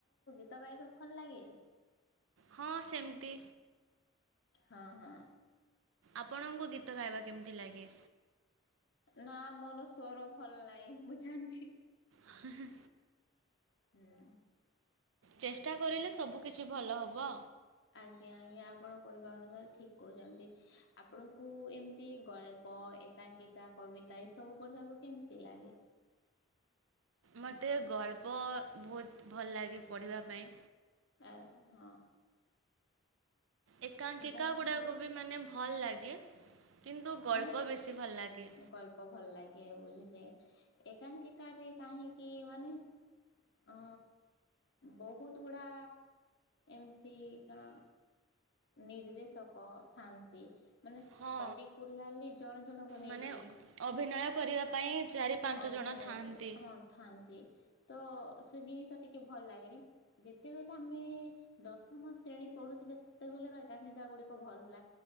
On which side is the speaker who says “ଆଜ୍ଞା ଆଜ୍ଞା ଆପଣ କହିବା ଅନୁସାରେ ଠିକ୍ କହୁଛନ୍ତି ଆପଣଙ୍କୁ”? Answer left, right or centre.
Left